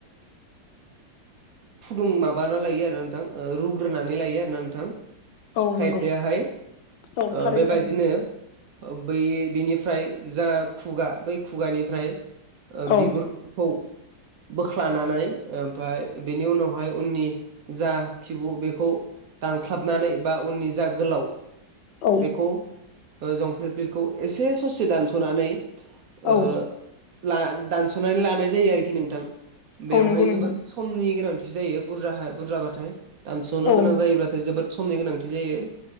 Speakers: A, on the right (about 65°); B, on the left (about 75°).
A: फुदुं माबाना लायो आरो नोंथां रुग्रोनानै लायो आरोना नोंथां
B: औ
A: खायफायाहाय
B: नंगौ औ
A: ओ
B: थारैनो
A: बेबायदिनो बै बिनिफ्राय जा खुगा बै खुगानिफ्राय ओ
B: औ
A: बिगुरखौ बोख्लानानै ओमफाय बेनि उनावहाय उननि जा खिबु बेखौ दानख्लाबनानै बा उननि जा गोलाव
B: औ
A: बेखौ ओ जंफ्लिफ्लिरखौ एसे ससे दानस'नानै ओ
B: औ
A: ला दानस'नानै लानाय जायो आरोखि नोंथां बेवहाय
B: औ नंगौ नंगौ
A: जोबोद नि गोनांथि जायो बुरजा बुरजाबाथाय दानस'नो
B: औ
A: गोनां जायोब्लाथाय जोबोद समनि गोनांथि जायो